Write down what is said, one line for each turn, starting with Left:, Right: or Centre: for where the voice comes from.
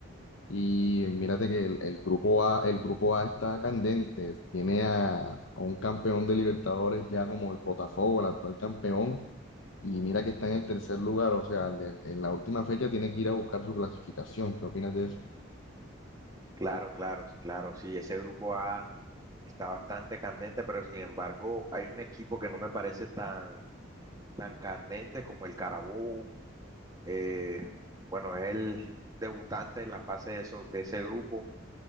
Left: Y mírate que el, el grupo A, el grupo A está candente. Tiene a, a un campeón de Libertadores ya como el Botafogo, el actual campeón. Y mira que está en el tercer lugar. O sea, le- en la última fecha tiene que ir a buscar su clasificación. ¿Qué opinas de eso?
Right: Claro, claro, claro. Sí, ese grupo A está bastante candente, pero sin embargo, hay un equipo que no me parece tan, tan candente como el Carabobo. Eh, bueno, es el debutante en la fase de, eso- de ese grupo.